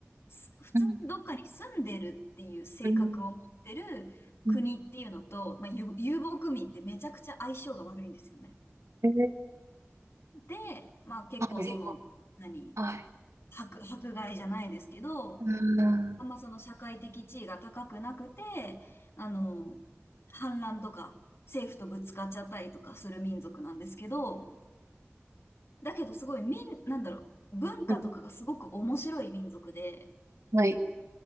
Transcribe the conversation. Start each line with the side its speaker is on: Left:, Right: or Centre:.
Left: す普通にどっかに住んでるっていう性格を持ってる国っていうのと、
Right: うん、うん、うん。
Left: まあ、遊遊牧民ってめちゃくちゃ相性が悪いんですよね。
Right: えー
Left: で、まあ結構その、
Right: はい、
Left: 何、
Right: はい。
Left: 迫、迫害じゃないですけど、
Right: うん、
Left: あんまその社会的地位が高くなくて、あの、反乱とか政府とぶつかっちゃったりとかする民族なんですけど、だけどすごい民、なんだろう、文化とかがすごく面白い民族で、
Right: うん、はい。